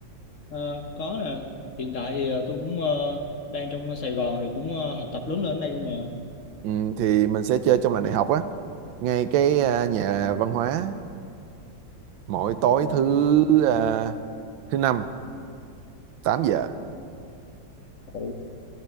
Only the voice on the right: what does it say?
ừ, thì mình sẽ chơi trong làng đại học á ngay cái à, nhà văn hóa mỗi tối
thứ à, thứ năm tám giờ